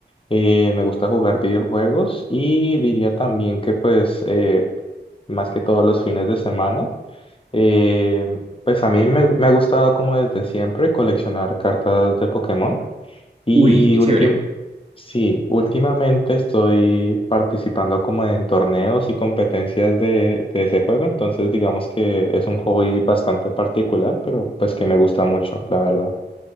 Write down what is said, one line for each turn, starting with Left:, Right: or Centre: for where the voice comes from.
Left: eh, me gusta jugar videojuegos y diría también que pues eh, más que todos los fines de semana, eh, pues a mí me, me ha gustado como desde siempre coleccionar cartas de Pokémon. Y
Right: Uy, qué
Left: últim
Right: chévere.
Left: sí, últimamente estoy participando como en torneos y competencias de, de ese juego, entonces digamos que es un hobby bastante particular, pero pues que me gusta mucho, la verdad.